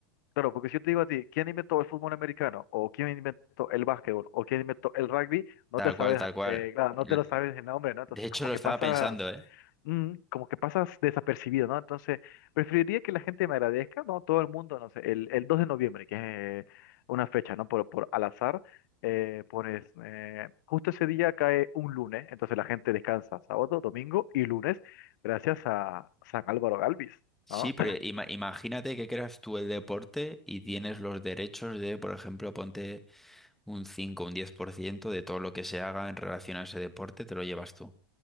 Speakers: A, on the left (about 65°); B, in the centre.
A: Claro, porque si yo te digo a ti, ¿quién inventó el fútbol americano? ¿O quién inventó el básquetbol? ¿O quién inventó el rugby? No
B: tal
A: te sabes,
B: cual, tal cual.
A: eh, claro, no
B: L-
A: te lo sabes el nombre, ¿no? Entonces,
B: De hecho,
A: como
B: lo
A: que
B: estaba
A: pasas,
B: pensando, ¿eh?
A: mm, como que pasas desapercibido, ¿no? Entonces, preferiría que la gente me agradezca, ¿no? Todo el mundo, no sé, el, el 2 de noviembre, que es eh, una fecha, ¿no? Por, por al azar, eh, pones, eh, justo ese día cae un lunes, entonces la gente descansa sábado, domingo y lunes, gracias a San Álvaro Galvis,
B: Sí,
A: ¿no?
B: pero ima- imagínate que creas tú el deporte y tienes los derechos de, por ejemplo, ponte un cinco un 10% de todo lo que se haga en relación a ese deporte, te lo llevas tú.